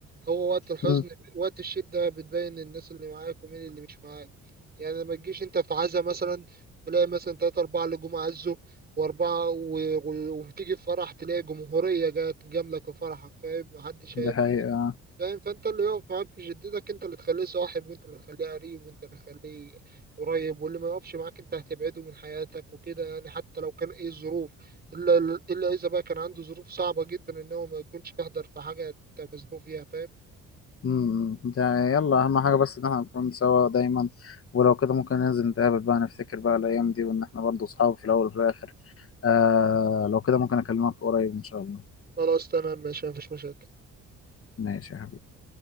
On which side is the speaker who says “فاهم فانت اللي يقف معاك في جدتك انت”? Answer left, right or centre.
Right